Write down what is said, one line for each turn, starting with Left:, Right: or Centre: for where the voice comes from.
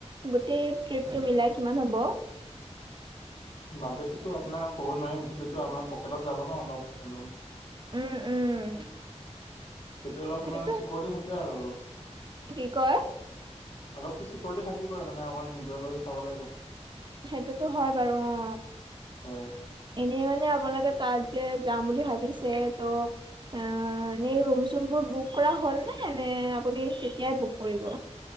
Right: গোটেই ট্ৰিপটো মিলাই কিমান হ'ব?
Left: বাজেটোতো আপোনাৰ ক'ব নোৱাৰিম সেইটোতো আমাৰ পকেটত যাব ন অলপ হ'লেও।
Right: উম উম।
Left: সেইটো অলপমান
Right: সেইটোতো
Left: চিকৰিটি থাকে আৰু অলপ।
Right: কি কয়?
Left: অলপতো চিকৰিটি থাকিবই মানে অকণ নিজলৈ চাব লাগিব অকণ।
Right: সেইটোতো হয় বাৰু অ।
Left: হয়
Right: এনেই মানে আপোনালোকে তাত যে যাম বুলি ভাবিছে ত অ', এনেই ৰুম-চোমবোৰ বুক কৰা হ'লনে নে আপুনি তেতিয়াই বুক কৰিব?